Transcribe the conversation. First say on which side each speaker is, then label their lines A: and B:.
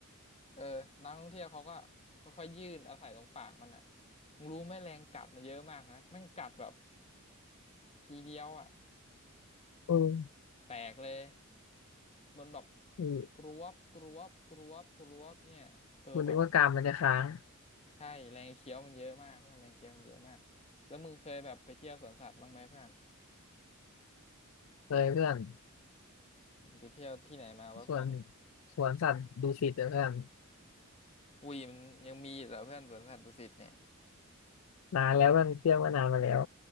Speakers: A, on the left; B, on the left.
A: เออนักท่องเที่ยวเขาก็ค่อยๆยื่นเอาใส่ตรงปากมันอ่ะมึงรู้ไหมแรงกัดมันเยอะมากนะแม่งกัดแบบทีเดียวอ่ะ
B: เออ
A: แตกเลยบนแบบ
B: เออ
A: กรวบกรวบกรวบกรวบเนี่ยเออแบบ
B: คุณนึกว่ากามมันจะค้าง
A: ใช่แรงเคี้ยวมันเยอะมากเพื่อนแรงเคี้ยวมันเยอะมากแล้วมึงเคยแบบไปเที่ยวสวนสัตว์บ้างไหมเพื่อน
B: เลยเพื่อน
A: มึงไปเที่ยวที่ไหนมาวะเพื่อน
B: สวนสวนสัตว์ดุสิตนะเพื่อน
A: อุ้ยมันยังมีอยู่เหรอเพื่อนสวนสัตว์ดุสิตเนี่ย
B: นานแล้วมันเที่ยวมานานมาแล้ว